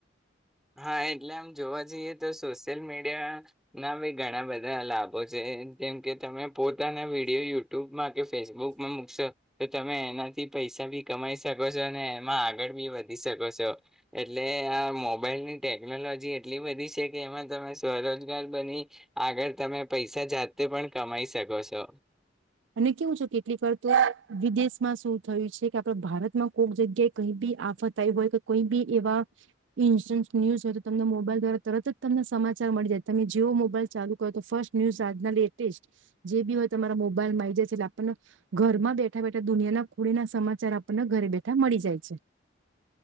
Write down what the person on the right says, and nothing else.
અને કેવું છે કેટલી વાર તો વિદેશમાં શું થયું છે કે આપડ ભારતમાં કોઈક જગ્યાએ કઈ બી આફત આવી હોય કે કોઈ બી એવા ઇન્સ્ટન્ટ ન્યુઝ હોય તો તમને મોબાઈલ દ્વારા તરત જ તમને સમાચાર મળી જાય તમે જેવો મોબાઈલ ચાલુ કરો તો ફર્સ્ટ ન્યુઝ આજના લેટેસ્ટ જે બી હોય તમારા મોબાઈલ મોબાઈલમાં આ આવી જાય છે એટલે આપણને ઘરમાં બેઠા બેઠા દુનિયાના ખોડી ના સમાચાર આપણને ઘરે બેઠા મળી જાય છે